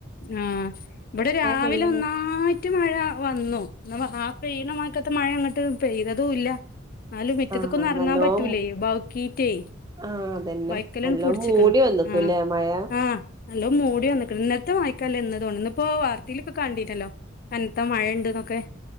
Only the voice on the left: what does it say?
ആഹ് ഇവിടെ രാവിലെ
ഒന്നായ് റ്റ് മഴ വന്നു ന്ന ആ പെയ്യ്ണമയക്കത്ത മഴങ്ങട്ട് പെയ്തതുല്ല ന്നാലും മിറ്റത്തക്കൊന്നറങ്ങാൻ
പറ്റൂലേ ബൗക്കീറ്റേ
ബൈക്കലണ്
പുടിച്ചിക്കണ്
ആഹ്
ആഹ് നല്ലോ മൂടി വന്നക്കണ് ഇന്നത്തെ മയക്കല്ല ഇന്ന്തോണ് ഇന്ന് ഇപ്പോ വാർത്തയിലൊക്കെ കണ്ടിണല്ലോ കൻത്ത മഴണ്ട്ന്നൊക്കെ